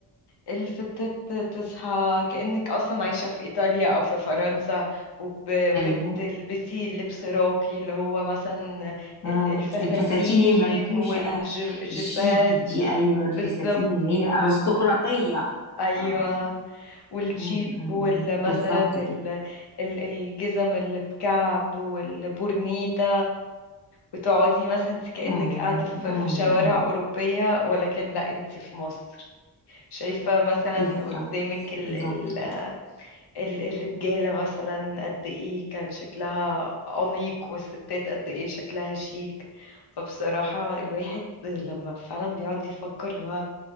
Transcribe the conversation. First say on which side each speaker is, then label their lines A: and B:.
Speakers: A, on the left (about 80°); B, on the left (about 45°).
A: الستات تصحى كأنك اصلا عايشه في ايطاليا او في فرنسا وبتلبسي
B: ايوه
A: لبس راقي اللي هو مثلا
B: مم.
A: ال- الفساتين
B: الفساتين المنفوشه
A: والجيبات
B: الشيك دي ايوه الفساتين
A: بالظبط
B: اللي هي الارستقراطيه
A: ايوه
B: اه
A: والجيب
B: مم، مم،
A: والمثلا
B: مم. بالظبط
A: ال...
B: كده
A: ال- الجزم اللي بكعب والبورنيتا وتقعدي مثلا انت كأنك
B: مم،
A: قاعدة في
B: مم،
A: في شوارع
B: مم.
A: أوروبية ولكن لا انت في مصر شايفة مثلا
B: بالظبط
A: قدامك ال
B: بالظبط
A: ال
B: كده
A: ال الرجالة مثلا قد ايه كان شكلها أنيق والستات قد ايه شكلها شيك فبصراحة الواحد لما فعلا بيقعد يفكر اللي هو